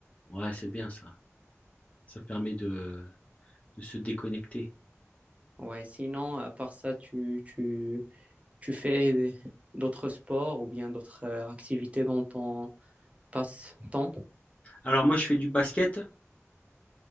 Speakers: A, on the left; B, on the right.
A: Ouais, c'est bien ça. Ça permet de de se déconnecter.
B: Ouais, sinon, à part ça, tu, tu, tu fais d'autres sports ou bien d'autres euh, activités dans ton passe-temps.
A: Alors moi, je fais du basket